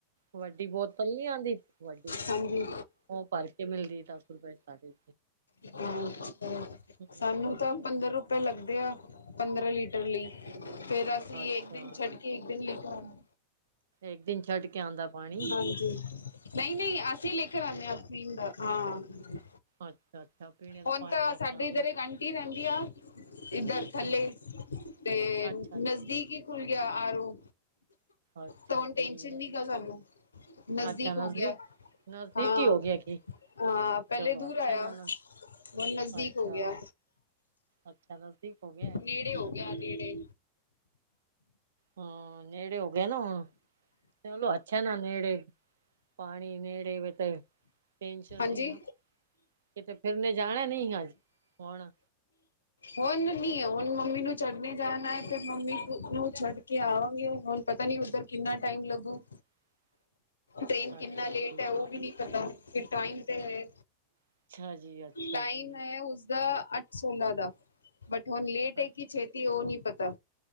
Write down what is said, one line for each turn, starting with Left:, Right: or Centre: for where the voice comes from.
Right: ਵੱਡੀ ਬੋਤਲ ਨਹੀਂ ਆਂਦੀ? ਵੱਡੀ,
Left: ਹਾਂਜੀ
Right: ਉਹ ਭਰਕੇ ਮਿਲਦੀ ਦੱਸ ਰੁਪਏ'ਚ ਸਾਡੇ।
Left: ਅੱਛਾ,
Right: ਹਮ
Left: ਸਾਨੂੰ ਤਾਂ ਪੰਦਰ ਰੁਪਏ ਲੱਗਦੇ ਆ, ਪੰਦਰਾਂ ਲੀਟਰ ਲਈ। ਫੇਰ ਅਸੀਂ
Right: ਅੱਛਾ
Left: ਇੱਕ ਦਿਨ ਛੱਡ ਕੇ ਇੱਕ ਦਿਨ ਲੈਕੇ ਆਣਾ।
Right: ਇੱਕ ਦਿਨ ਛੱਡ ਕੇ ਆਉਂਦਾ ਪਾਣੀ।
Left: ਹਾਂਜੀ। ਨਹੀਂ -ਨਹੀਂ ਅਸੀਂ ਲੈ ਕੇ ਆਉਂਦੇ ਹਾਂ ਆਪਣੀ ਹਾਂ।
Right: ਅੱਛਾ-ਅੱਛਾ, ਪੀਣੇ ਦਾ
Left: ਹੁਣ
Right: ਪਾਣੀ
Left: ਤਾ,
Right: ਲੈ
Left: ਸਾਡੇ
Right: ਕੇ ਆਉਂਦੇ
Left: ਇੱਧਰ
Right: ਹੋ
Left: ਇੱਕ ਆਂਟੀ ਰਹਿੰਦੀ ਆ ਇੱਧਰ ਥੱਲੇ,
Right: ਹਾਂਜੀ
Left: ਤੇ
Right: ਅੱਛਾ
Left: ਨਜ਼ਦੀਕ ਹੀ ਖੁੱਲ ਗਿਆ ਆਰ ਓ।
Right: ਅੱਛਾ
Left: ਤਾਂ ਹੁਣ
Right: ਜੀ
Left: ਟੈਸ਼ਨ ਨੀ ਹੈਗਾ ਸਾਨੂੰ, ਨਜ਼ਦੀਕ
Right: ਅੱਛਾ
Left: ਹੋ ਗਿਆ।
Right: ਨਜ਼ਦੀਕ
Left: ਹਾਂ,
Right: ਹੀ ਹੋ ਗਿਆ ਕੀ
Left: ਹਾਂ, ਪਹਿਲੇ
Right: ਚਲੋ
Left: ਦੂਰ
Right: ਅੱਛਾ
Left: ਹਾਇਆ।
Right: ਨਾ ਨਾ
Left: ਹੁਣ ਨਜ਼ਦੀਕ
Right: ਅੱਛਾ
Left: ਹੋਗਿਆ,
Right: ਅੱਛਾ ਨਜ਼ਦੀਕ ਹੋ ਗਿਆ
Left: ਨੇੜੇ ਹੋਗਿਆ ਨੇੜੇ।
Right: ਹਾਂ, ਨੇੜੇ ਹੋ ਗਇਆ ਨਾ ਹੁਣ, ਚਲੋ ਅੱਛਾ ਏ ਨਾ। ਨੇੜੇ, ਪਾਣੀ ਨੇੜੇ ਵੇ ਤੇ ਟੈਂਸ਼ਨ
Left: ਹਾਂਜੀ
Right: ਨੀ ਨਾ। ਕਿਤੇ ਫਿਰਨੇ ਜਾਣਾ ਨੀ ਅੱਜ, ਹੁਣ?
Left: ਹੋਨ ਨੀ, ਹੋਣ ਮੰਮੀ ਨੂੰ ਛੱਡਨੇ ਜਾਣਾ ਏ, ਤੇ ਮੰਮੀ ਨੂੰ ਛੱਡਕੇ ਆਵਾਂਗੇ ਹੁਣ ਪਤਾ ਨਹੀਂ ਉੱਧਰ ਕਿੰਨਾ ਟਾਈਮ ਲੱਗੂ।
Right: <inaudible>
Left: ਟ੍ਰੇਨ ਕਿੰਨਾ
Right: ਅੱਛਾ
Left: ਲੇਟ
Right: ਜੀ
Left: ਹੈ ਉਹ ਵੀ ਨੀ ਪਤਾ। ਕਿੰਦੇ ਹੈ।
Right: ਅੱਛਾ ਜੀ ਅੱਛਾ
Left: ਟਾਈਮ
Right: ਜੀ
Left: ਹੈ। ਉਸਦਾ ਅੱਠ- ਸੋਲਾਂ ਦਾ। ਬਟ ਹੁਣ ਲੇਟ ਹੈ
Right: ਅੱਛਾ
Left: ਕੀ ਛੇਤੀ ਉਹ ਨਹੀਂ ਪਤਾ।